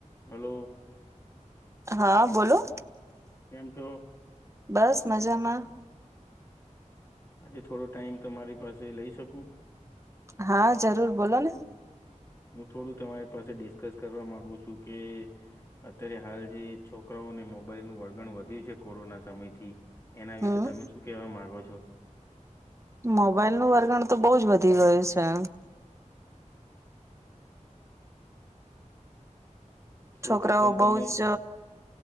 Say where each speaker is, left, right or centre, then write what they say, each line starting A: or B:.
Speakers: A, on the left (about 20°); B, on the right (about 20°).
A: Hello.
B: હા, બોલો.
A: કેમ છો?
B: બસ મજામાં.
A: આજે થોડો ટાઈમ, તમારી પાસે લઈ શકું?
B: હા, જરૂર બોલોને
A: હું થોડું તમારી પાસે ડિસ્કસ કરવા માગુ છું કે અત્યારે હાલ જે છોકરાઓને મોબાઈલનું વળગણ વધ્યું છે કોરોના સમયથી એના
B: હમ
A: વિશે, તમે શું કેવા માંગો છો? છો?
B: મોબાઈલ નું વર્ગણ તો બોજ વધી ગયું છે. છોકરાઓ
A: સૌ પ્રથમ
B: બહુ
A: તમે
B: જ